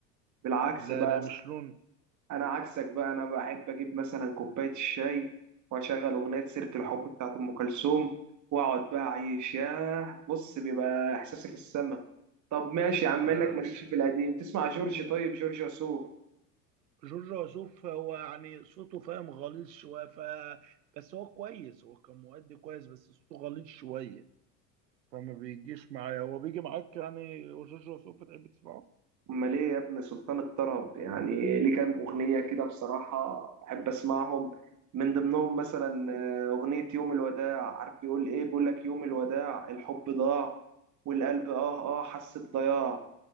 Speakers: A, on the right (about 35°); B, on the right (about 75°).
A: بالعكس
B: لا
A: بقى
B: لا مش لون
A: انا عكسك بقى انا بحب اجيب مثلا كوبايه الشاي واشغل اغنيه سيره
B: مم.
A: الحب بتاعت ام كلثوم واقعد بقى اعيش ياه بص بيبقى احساسي في السما طب ماشي يا عم
B: لا
A: انك مالكش في القديم تسمع جورج طيب جورج وسوف
B: جورج وسوف هو يعني صوته فاهم غليظ شوية ف... بس هو كويس هو كان مؤدي كويس بس صوته غليظ شوية فما بيجيش معايا هو بيجي معاك يعني جورج وسوف بتحب تسمعه؟
A: امال ايه يا ابن سلطان الطرب يعني ليه كام اغنيه كده بصراحه بحب اسمعهم من ضمنهم مثلا آه، اغنيه يوم الوداع عارف بيقول ايه بيقول لك يوم الوداع الحب ضاع والقلب اه اه حس بضياع